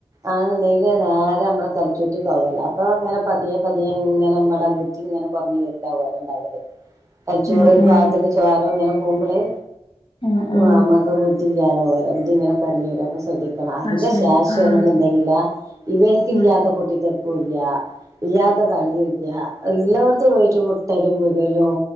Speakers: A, on the right; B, on the left.
A: ആണുണ്ടെങ്കില് നേരെ നമ്മള തല ചോറ്റിക്ക് ആവുല്ലേ അപ്പൊ അങ്ങനെ പതിയെ പതിയെ ഇങ്ങനെ നമ്മളെ ഇഞ്ഞു ഇങ്ങനെ പറഞ്ഞ് വലുതാവുല്ലേ അത് ഉണ്ടാവില്ലേമല? തലച്ചോറ്
B: ആഹ്
A: ഒരു
B: ആഹ്
A: ഭാഗത്തേക്ക് ചോര ഇങ്ങനെ പോകുമ്പോളേ
B: ആഹ്
A: ഇമ്മാക്ക്
B: ആഹ്
A: ബുദ്ധി വയ്യാതാവുല്ലേ എന്നിട്ട് ഇങ്ങനെ കുറഞ്ഞു വരുകാ. ശ്രദ്ധിക്കണം അതിന്റെ
B: അത് ശരി
A: ശേഷേണെന്നുണ്ടെങ്കില്
B: ആഹ്
A: ഇവനൊക്കെ
B: ആഹ്
A: ഇല്ലാത്ത പൊട്ടിത്തെെറപ്പു ഇല്ല. ഇല്ലാത്ത കളിയും ഇല്ല്യാ ഉള്ളെടെത്തും പോയിട്ട് മുട്ടലുംവീഴലും